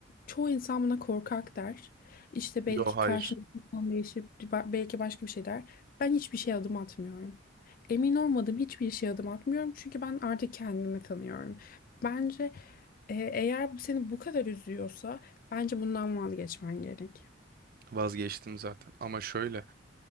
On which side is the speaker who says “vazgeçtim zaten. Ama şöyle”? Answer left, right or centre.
Right